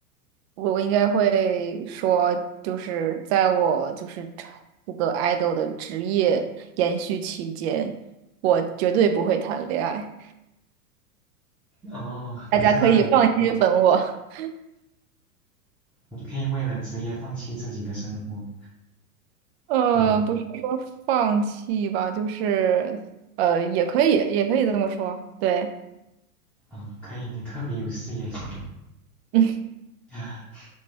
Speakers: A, on the right; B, in the centre.
A: 我应该会说，就是在我就是这个 idol 的职业延续期间，我绝对不会谈恋爱，
B: 哦，
A: 大家可以放心粉我。
B: 你是那种，嗯
A: <laughs>
B: 你你可以为了职业放弃自己的生活，
A: 呃，
B: 可以，
A: 不是说放弃吧，就是呃，也可以，也可以这么说，对。
B: 啊，可以，你特别有事业心。
A: <laughs>
B: <laughs>